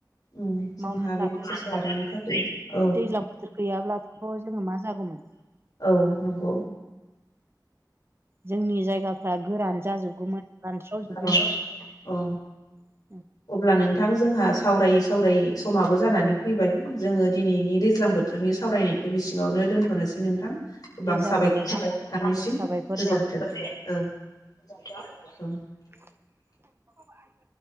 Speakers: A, on the left (about 60°); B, on the right (about 35°).
A: ओं जोंहा
B: मावनानै लाथार
A: बेखौ <unintelligible> लानायनि थाखाय औ।
B: दैज्लां बोथोर गैयाब्लाथ' जोङो मा जागौमोन
A: औ नंगौ।
B: जोंनि जायगाफ्रा गोरान जाजोबगौमोन रानस्रावजोबगौमोन।
A: औ औ
B: <inaudible>
A: अब्ला नोंथां जोंहा सावरायै सावरायै समाबो जानानै
B: औ
A: फैबाय जोङो दिनैनि दैज्लां बोथोरनि सावरायनायखौ बि सिङावनो दोनथ'नोसै नोंथां। गोबां
B: दे जागोन
A: साबायखर
B: नोंथां
A: थाबाय बिथांनिसिम
B: दे साबायखर
A: गोजोनथों
B: दे
A: औ औ।
B: <inaudible>